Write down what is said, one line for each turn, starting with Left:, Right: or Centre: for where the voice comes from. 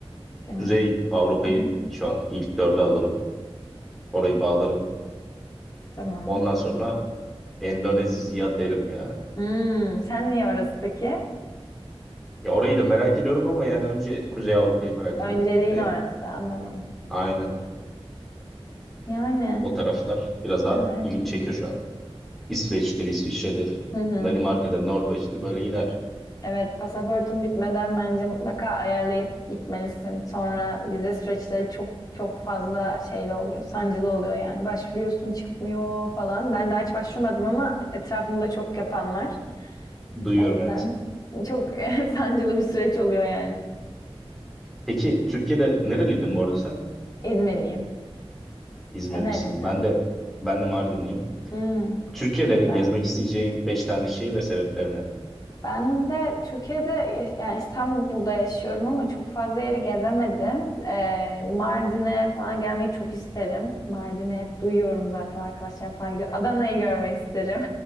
Left: <laughs> Senin.
Centre: Kuzey Avrupa'yı
Left: Hı hı.
Centre: şu an ilk dörde alırım orayı bağlarım.
Left: Tamam.
Centre: Ondan sonra Endonezya derim ya.
Left: Hmm, sen niye orası peki?
Centre: Ya orayı da merak ediyorum ama yani önce Kuzey Avrupa'yı merak
Left: Önceliğin
Centre: ediyorum. E,
Left: orası anladım.
Centre: aynen.
Left: Yani
Centre: O taraflar biraz daha
Left: evet.
Centre: ilgimi çekiyor şu an. İsveç'tir, İsviçre'dir,
Left: Hı hı.
Centre: Danimarka'dır, Norveç'tir böyle gider.
Left: Evet, pasaportun bitmeden bence mutlaka ayarlayıp gitmelisin. Sonra vize süreçleri çok çok fazla şeyle oluyor, sancılı oluyor yani. Başvuruyorsun, çıkmıyor falan. Ben daha hiç başvurmadım ama etrafımda çok yapan var.
Centre: Duyuyorum
Left: O yüzden
Centre: evet.
Left: çok <laughs> sancılı bir süreç oluyor yani.
Centre: Peki Türkiye'de nereliydin bu arada sen?
Left: İzmirliyim.
Centre: İzmirlisin.
Left: Sen nerelisin?
Centre: Ben de ben de Mardinliyim.
Left: Hmm,
Centre: Türkiye'de
Left: güzel.
Centre: gezmek isteyeceğin 5 tane şehir ve sebeplerine.
Left: Ben de Türkiye'de ya- yani İstanbul'da yaşıyorum ama çok fazla yeri gezemedim. Ee, Mardin'e falan gelmeyi çok isterim. Mardin'i hep duyuyorum zaten arkadaşlarım falan gidiyor. Adana'yı görmek isterim.